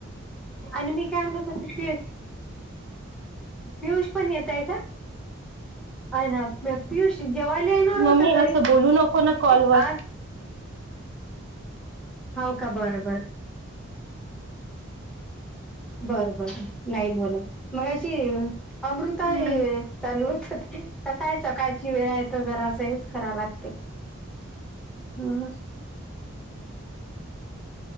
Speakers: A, in the centre; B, on the right.
A: आणि मी काय म्हणत होते ते पियुष पण येतय का? अ न. म पियुष जेवायला येणार होता
B: मम्मी
A: घरी,
B: असं बोलू नको ना कॉलवर
A: आज. हाव का का बरं बर. बर बर नाही बोलत मगाशी अमृता हे.
B: हम्म
A: चालू होत ते कस आहे सकाळची वेळ आहे तर जरा स हेच करा लागते. हम.